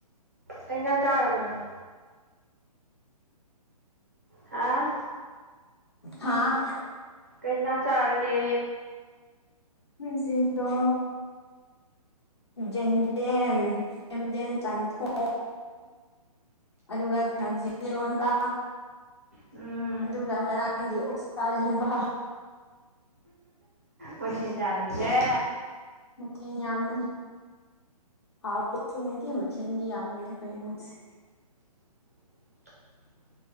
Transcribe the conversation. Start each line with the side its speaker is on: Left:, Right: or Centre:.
Right: ꯀꯩ ꯏꯟꯖꯥꯡ ꯆꯥꯔꯕ‌ꯣ ꯅꯪ ꯍꯥꯥ
Left: ꯍꯥꯥ
Right: ꯀꯩꯏꯟꯖꯥꯡ ꯆꯥꯔꯒꯦ
Left: <unintelligible> ꯖꯤꯛꯗꯣ ꯖ‌ꯦꯟꯗꯦꯝ ꯌꯦꯝꯗꯦꯝ ꯆꯥꯝꯊꯣꯡ ꯑꯗꯨꯒ ꯊꯥꯡꯖꯤꯡ ꯏꯔꯣꯟꯕ
Right: ꯎꯝ
Left: ꯑꯗꯨꯒ ꯉꯔꯥꯡꯒꯤ ꯑꯣꯛꯁꯥ ꯂꯦꯝꯕ
Right: ꯃꯊ‌ꯦꯟ ꯌꯥꯝꯃꯤꯍꯦ
Left: ꯃꯊꯦꯟ ꯌꯥꯝꯕꯅꯦ ꯍꯥꯎ <unintelligible> ꯁꯨ ꯅꯨꯡꯇꯤ ꯃꯊ‌ꯦꯟꯗꯤ ꯌꯥꯝꯕꯅ‌ꯦ ꯈ‌ꯣꯏ ꯏꯃꯨꯡꯁ‌ꯦ
Right: <unintelligible>